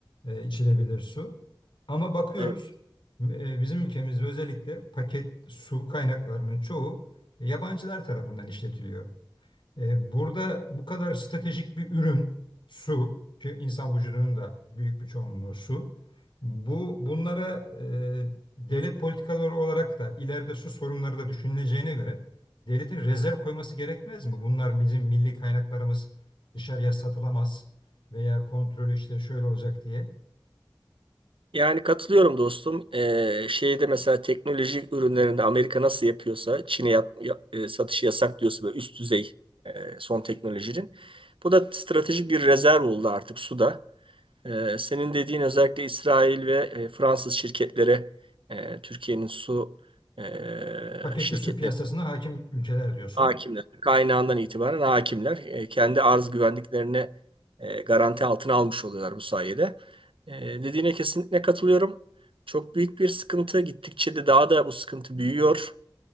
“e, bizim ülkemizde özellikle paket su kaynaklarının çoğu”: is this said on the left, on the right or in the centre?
Left